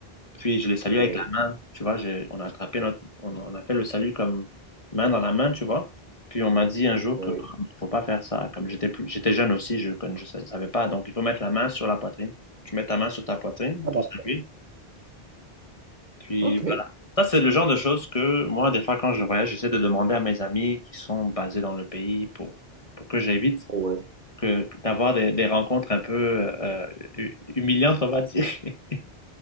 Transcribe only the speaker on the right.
ouais,
ouais.
ouais.
Ah,
d'accord.
Ok.
Ouais.